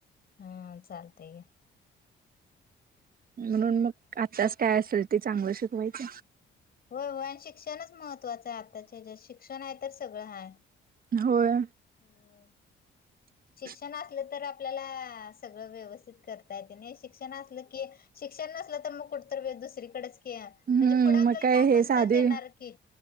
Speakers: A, on the left; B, on the right.
A: हा चालतय ग.
B: म्हणून मग आत्ताच काय असेल ते चांगलं शिकवायच.
A: होय होय शिक्षणच महत्त्वाचं आहे आताचे ज शिक्षण आहे तर सगळं हा.
B: होय.
A: हो
B: <inaudible>
A: शिक्षण असलं तर आपल्याला सगळं व्यवस्थित करता येते नाही शिक्षण असलं की शिक्षण नसलं तर मग कठतर दुसरीकडेच म्हणजे
B: हम्म
A: पुढं आपल्याला
B: मग
A: काय
B: हे
A: बनताच
B: साधे
A: येणार की